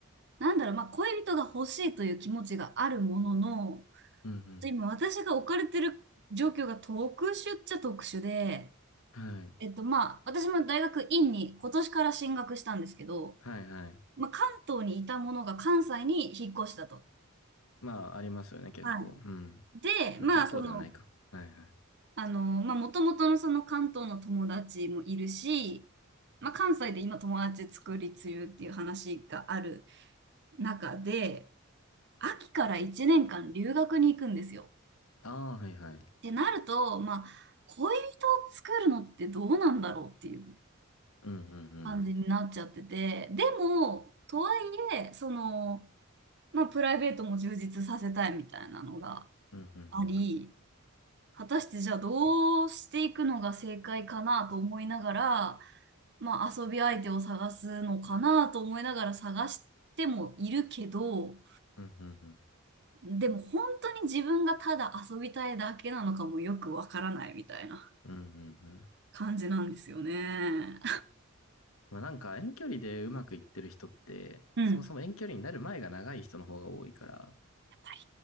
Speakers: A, on the right (about 55°); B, on the left (about 85°).
A: なんだろう、まあ、恋人が欲しいという気持ちがあるものの、
B: うんうん。
A: 今、私が置かれてる状況が特殊っちゃ特殊で、
B: はい。
A: えっと、まあ、私も大学院に今年から進学したんですけど、
B: はいはい。
A: まあ、関東にいたものが関西に引っ越したと。
B: まあありますよね、結構。
A: は
B: うん。
A: い。で、
B: まあ結構ではないか。
A: まあ、その、
B: はいはい。
A: あの、まあ、もともとのその関東の友達もいるし、まあ、関西で今友達作り中っていう話がある中で、秋から1年間留学に行くんですよ。
B: ああ、はいはい。
A: ってなると、まあ、恋人を作るのってどうなんだろうっていう
B: うんうんうん。
A: 感じになっちゃってて、でも、とはいえ、その、まあ、プライベートも充実させたいみたいなのが
B: うんうんうん。
A: あり、果たしてじゃあどうしていくのが正解かなと思いながら、まあ遊び相手を探すのかなと思いながら探してもいるけど、
B: うんうんうん。
A: でも本当に自分がただ遊びたいだけなのかもよくわからないみたいな
B: うんうんうん。
A: 感じなんですよね。
B: まあなんか遠距離でうまくいってる人って、
A: うん。
B: そもそも遠距離になる前が長い人の方が多いから、
A: やっぱり、